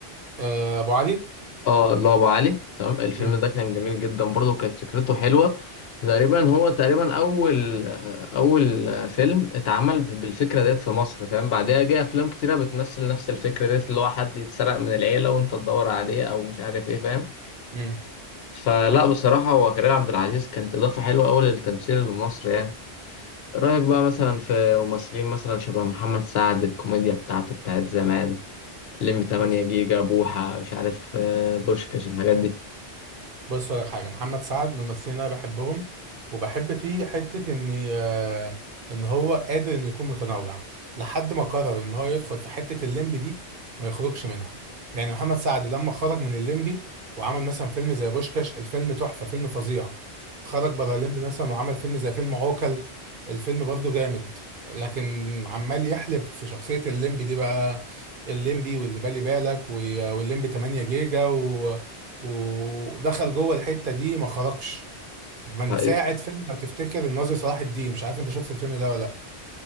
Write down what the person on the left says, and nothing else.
اه الله ابو علي تمام الفيلم
ده كان جميل جدا برضه وكانت فكرته حلوه وتقريبا هو تقريبا اول اول فيلم اتعمل ب- بالفكره ديت في مصر فاهم بعدها جه افلام كتيره بتمثل نفس الفكره ديت اللي هو حد يتسرق من العيله وانت تدور عليه او مش عارف ايه فاهم
فلا بصراحه هو كريم عبد العزيز كانت اضافه حلوه قوي للتمثيل المصري يعني رايك بقى مثلا في ممثلين مثلا شبه محمد سعد الكوميديا بتاعته بتاعت زمان لمي 8
جيجا بوحه مش عارف آه، بوشكاش الحاجات دي
حقيقة